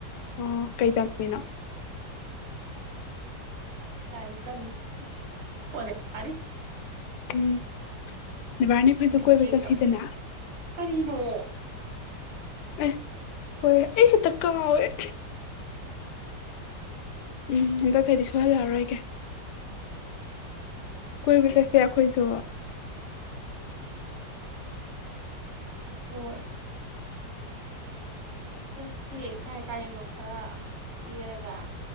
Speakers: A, on the left; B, on the right.
A: ꯑꯣ ꯀꯩ ꯇꯝꯃꯤꯅꯣ
B: ꯂꯥꯏꯔꯛ ꯇꯝꯃꯤ ꯀꫭꯂꯦꯁ ꯀꯔꯤ
A: ꯎꯝ ꯅꯤꯕꯥꯔꯅꯤ ꯑꯩꯈꯣꯏꯁꯨ
B: ꯕꯤ
A: ꯀꯣꯏꯕ
B: ꯇꯦꯛꯇꯝꯕ
A: ꯆꯠꯁꯤꯗꯅ
B: ꯀꯔꯤꯅꯣ
A: ꯑꯦ ꯁꫭꯏꯔꯩ ꯑꯩ ꯍꯦꯛꯇ ꯀꯥꯎꯋꯦ ꯎꯝ ꯍꯟꯗꯛꯇꯩꯗꯤ ꯁꯣꯏꯍꯜꯂꯛꯑꯔꫭꯏꯒꯦ ꯀꯣꯏꯕ ꯆꯠꯁꯦ ꯑꯩꯈꯣꯏꯁꯨ
B: ꯍꫭꯏ ꯆꯠꯁꯦ ꯀꯥꯏ ꯀꯥꯏꯗꯅꯣ ꯈꯔ ꯀꯦꯔꯒ